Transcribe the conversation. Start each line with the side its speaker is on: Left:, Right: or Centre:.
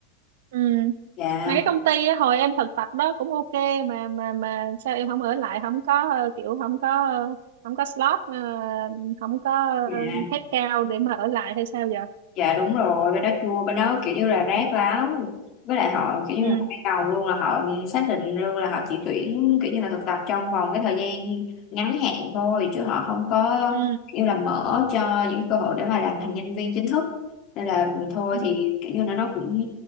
Right: Ừ.
Left: dạ
Right: Mà cái công ty á, hồi em thực tập đó cũng ok mà mà mà sao em không ở lại không có ờ, kiểu không có ờ, không có slot ờ, không có
Left: dạ
Right: ờ, headcount để mà ở lại hay sao giờ?
Left: dạ đúng rồi bên đó chua bên đó kiểu như là rác lắm với lại họ kiểu
Right: Ừ.
Left: như là ban đầu luôn là họ xác định luôn là họ chỉ tuyển kiểu như là thực tập trong vòng cái thời gian ngắn hạn thôi chứ họ không có
Right: Ừ.
Left: kiểu như là mở cho những cơ hội để mà làm thành nhân viên chính thức nên là ừ, thôi
Right: Ừ.
Left: thì kiểu như là nó cũng